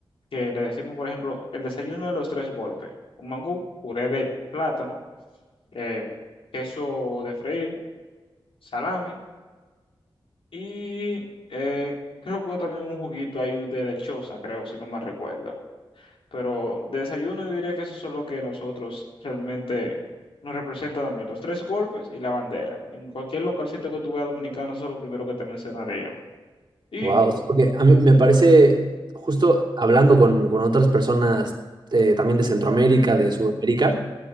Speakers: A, on the left; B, on the right.
A: que le decimos, por ejemplo, el desayuno de los tres golpes. Un mangú, puré de plátano, eh, queso de freír, salami y eh, creo que también un juguito ahí de lechosa, creo, si no mal recuerdo. Pero de desayuno yo diría que eso es lo que nosotros realmente nos representa también, los tres golpes y la bandera. En cualquier localcito que tú veas dominicano, eso es lo primero que te mencionaría. Y...
B: Wow, porque a mí me parece, justo hablando con, con otras personas eh, también de Centroamérica, de Sudamérica,